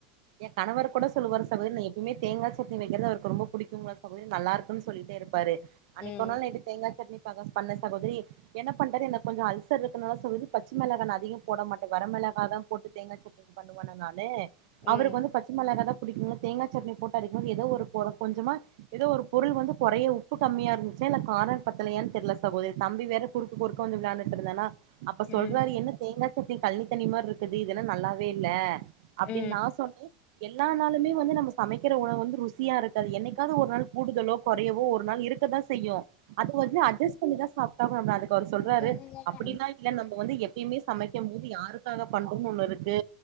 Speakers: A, on the right; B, on the left.
A: எங் கணவரு கூட சொல்லுவாரு சகோதரி நா எப் பவுமே தேங்கா சட்னி வக்கிறது அவருக்கு ரொம்ப புடிக்குங்ளா சகோதரி நல்லாருக்குன் சொல்லிட்டே இருப்பாரு அன்னைக்கொரு
B: ம்
A: நாள் நைட்டு தேங்கா சட்னி சஜஸ் பண்ண சகோதரி என்ன பண்ட்டாரு எனக்கு கொஞ்ச அல்சர் இருக்கனாலே சகோதரி பச்ச மிளகா நா அதிகம் போட மாட்டே வர மிளகாதா போட்டு தேங்கா சட்னிபண்ணுவனா நானு அவருக்கு
B: ம்
A: வந்து பச் ச மொளகா தா புடிக்குங்ளா தேங்கா சட்னி போட்டு அரைக்கும் போது ஏதோ ஒரு ஒனக் கொஞ்சமா ஏதோ ஒரு பொருள் வந்து கொறைய உப்பு கம்மியா இருந்துச்சா இல்ல கார பத்தலயா தெர்ல சகோதரி தம்பி வேற குறுக்கு குறுக்க வந்து விளான்ட்டுட் இருந்தானா அப்ப சொல்றாரு
B: ம்
A: என்ன தேங்கா சட்னி கழ்னி தண்ணி மாரி இருக்குது இதென்ன நல்லாவே இல்ல
B: ம்
A: அப்டின்னு நா சொன்னே எல்லா நாளுமே வந்து நம்ம சமைக்கிற உணவு வந்து ருசியா இருக்காது என்னைக்காவது ஒரு நாள் கூடுதலோ கொறையவோ ஒரு நாள் இருக்கதா செய்யு அது வந்து அட்ஜஸ் பண்ணிதா சாப்ட்டாகு அதுக்கு அவரு சொல்றாரு
B: ம்
A: அப்டினா இல்ல நம்ம வந்து எப்பயுமே சமைக்கும் போது யாருக்காக பண்றோனு ஒன்னு இருக்கு